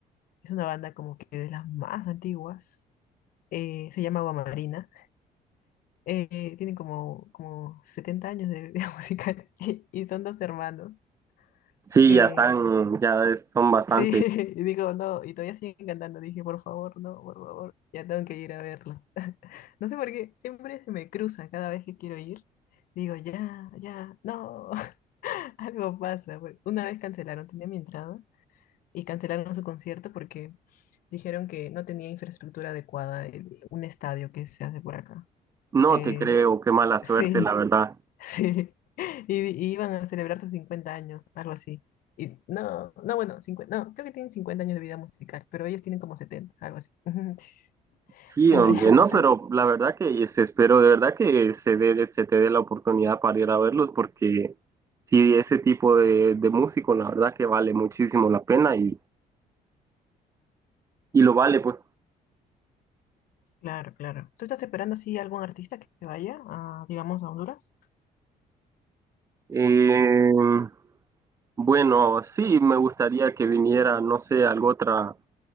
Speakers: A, on the left; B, on the right.
A: Es una banda como que de las más antiguas, eh, se llama Guamarina, eh, tienen como, como 70 años de vida <laughs> musical y, y son dos hermanos
B: Sí,
A: que
B: ya están, ya es- son bastante.
A: Sí, <laughs> y digo, no, y todavía siguen cantando. Dije, por favor, no, por favor, ya tengo que ir a verlo. <laughs> No sé por qué, siempre se me cruza cada vez que quiero ir. Digo, ya, ya, no, <laughs> algo pasa. pues. Una vez cancelaron, tenía mi entrada y cancelaron su concierto porque dijeron que no tenía infraestructura adecuada, el- un estadio que se hace por acá.
B: No
A: Eh,
B: te creo, qué
A: <laughs>
B: mala
A: sí,
B: suerte, la verdad.
A: Sí, <laughs> y, y iban a celebrar sus 50 años, algo así. Y no, no, bueno, 50 no, creo que tienen 50 años de vida musical, pero ellos tienen como 70 algo así. <laughs> Ujú, sí,
B: Sí,
A: 70
B: hombre,
A: años, <laughs>
B: no,
A: entonces.
B: pero la verdad que es- espero de verdad que se dé, se te dé la oportunidad para ir a verlos porque sí, ese tipo de, de músico la verdad que vale muchísimo la pena y, y lo vale, pues.
A: Claro, claro. ¿Tú estás esperando así algún artista que vaya a, digamos, a Honduras?
B: Eh, bueno, sí, me gustaría que viniera, no sé, algo otra,